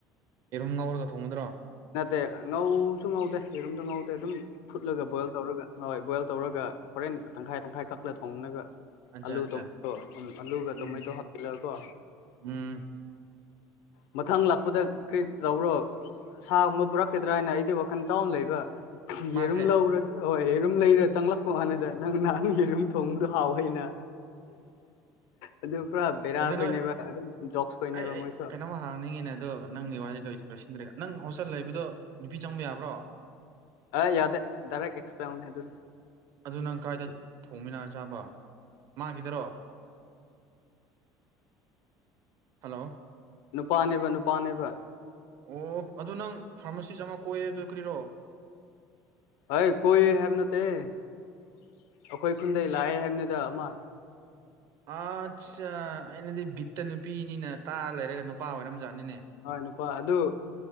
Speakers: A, on the right (about 45°); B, on the left (about 75°).
A: ꯌꯦꯔꯨꯝ ꯉꯥꯎꯔꯒ ꯊꯣꯡꯉꯗ꯭ꯔꯣ
B: ꯅꯠꯇꯦ ꯉꯧꯁꯨ ꯉꯧꯗꯦ ꯌꯦꯔꯨꯝꯗ ꯉꯧꯗꯦ ꯑꯗꯨꯝ ꯐꯨꯠꯂꯒ ꯕꯣꯏꯜ ꯇꯧꯔꯒ ꯍꯣꯏ ꯕꯣꯏꯜ ꯇꯧꯔꯒ ꯍꯣꯔꯦꯟ ꯇꯪꯈꯥꯏ ꯇꯪꯈꯥꯏꯈꯛ ꯂ ꯊꯣꯡꯉꯒ
A: ꯑꯠꯆꯥ
B: ꯑꯂꯨ
A: ꯑꯠꯆꯥ
B: ꯑꯂꯨꯒ ꯇꯣꯃꯇꯣ
A: ꯎꯝ
B: ꯍꯥꯞꯆꯤꯜꯂꯒꯀꯣ
A: ꯎꯝ
B: ꯃꯊꯪ ꯂꯥꯛꯄꯗ ꯀꯔꯤ ꯇꯧꯔꯣ ꯁꯥꯒꯨꯝꯕ ꯄꯨꯔꯛꯀꯗ꯭ꯔꯥ ꯍꯥꯏꯅ ꯑꯩꯗꯤ ꯋꯥꯈꯜ ꯆꯥꯎꯅ ꯂꯩꯕ
A: ꯃꯥꯁꯦ
B: ꯌꯦꯔꯨꯝ ꯂꯧꯔ ꯍꯣꯏꯔꯨꯝ ꯂꯩꯔ ꯆꯪꯂꯛꯄ ꯍꯥꯟꯅꯗ ꯅꯪ ꯅꯍꯥꯟ ꯌꯦꯔꯨꯝ ꯊꯣꯡꯗꯨꯣ ꯍꯥꯎꯍꯩꯅ ꯑꯗꯨ ꯄꯨꯔꯥ ꯕꯔ
A: ꯑꯗꯨ
B: ꯍ
A: ꯅꯣꯏ
B: ꯅꯕ ꯑꯗꯨꯝ ꯣꯛꯁ ꯅꯕ
A: ꯑꯩ ꯑꯩ
B: ꯃꯣꯏꯁꯨꯣ
A: ꯀꯩꯅꯣꯝꯃ ꯍꯥꯡꯅꯤꯡꯉꯤꯅꯦ ꯑꯗꯣ ꯅꯪꯒꯤ ꯋꯥꯔꯤ ꯂꯣꯏꯁꯤꯟꯗ꯭ꯔꯦ ꯅꯪ ꯍꯣꯁꯇꯦꯜ ꯂꯩꯕꯗꯣ ꯅꯨꯄꯤ ꯆꯪꯕ ꯌꯥꯕ꯭ꯔꯣ
B: ꯑꯦ ꯌꯥꯗꯦ ꯗꯥꯏꯔꯦꯛ ꯑꯦꯛꯁꯄꯌꯔꯅꯦ ꯑꯗꯨꯗꯤ
A: ꯑꯗꯨ ꯅꯪ ꯀꯥꯏꯗ ꯊꯣꯡꯃꯤꯟꯅ ꯆꯥꯕ ꯃꯥꯒꯤꯗꯔꯣ ꯍꯜꯂꯣ
B: ꯅꯨꯄꯥꯅꯦꯕ ꯅꯨꯄꯥꯅꯦꯕ
A: ꯑꯣ ꯑꯗꯨ ꯅꯪ ꯐꯥꯔꯃꯥꯁꯤꯁ ꯑꯃ ꯀꯣꯏꯌꯦ ꯑꯗꯨ ꯀꯔꯤꯔꯣ
B: ꯑꯩꯏ ꯀꯣꯏꯌꯦ ꯍꯥꯏꯕ ꯅꯠꯇꯦ ꯑꯩꯈꯣꯏ ꯈꯨꯟꯗ ꯂꯥꯛꯑꯦ ꯍꯥꯏꯕꯅꯤꯗ ꯑꯃ
A: ꯑꯠ ꯑꯩꯅꯗꯤ ꯕꯤꯠꯇ ꯅꯨꯄꯤꯅꯤꯅ ꯇꯥꯔ ꯂꯩꯔꯒ ꯅꯨꯄꯥ ꯑꯣꯏꯔꯝꯖꯥꯠꯅꯤꯅꯦ
B: ꯍꯣꯏ ꯅꯨꯄꯥ ꯑꯗꯨ